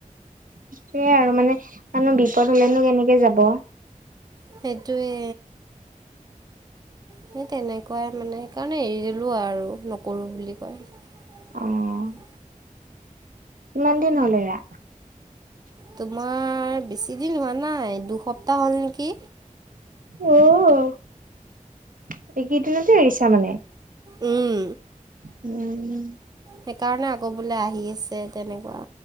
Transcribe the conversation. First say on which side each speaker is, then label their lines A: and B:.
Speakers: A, on the right; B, on the right.
A: সয়াই আৰু মানে মনো বিপদ হলেনো কেনেকে যাব।
B: সেইটোৱে। সেই তেনেকুৱাই মানে সেইকাৰণে হেৰি দিলো আৰু। নকৰোঁ বুলি কয়।
A: অ', কিমান দিন হলেৰা।
B: তোমাৰ বেছি দিন হোৱা নাই দুসপ্তাহ হ'ল নেকি।
A: অ, এইকেইদিনতে এৰিছা মানে।
B: উম।
A: উম, উম।
B: সেইকাৰণে আগ বলে আহি আছে। তেনেকুৱা